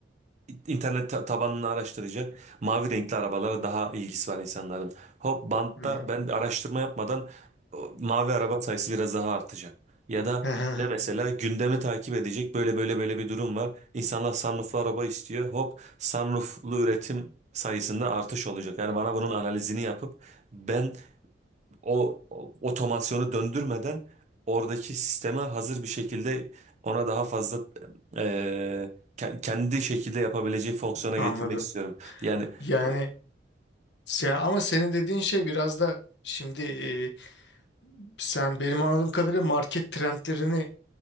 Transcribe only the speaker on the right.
İnternet ta- tabanını araştıracak. Mavi renkli arabalara daha ilgisi var insanların. Hop bantta
ben de araştırma yapmadan o, mavi araba sayısı biraz daha artacak. Ya da
ne mesela gündemi takip edecek böyle böyle böyle bir durum var. İnsanlar sunrooflu araba istiyor. Hop sunrooflu üretim sayısında artış olacak. Yani bana bunun analizini yapıp ben o, o otomasyonu döndürmeden oradaki sisteme hazır bir şekilde ona daha fazla e, ke- kendi şekilde yapabileceği fonksiyona
getirmek istiyorum. Yani
o-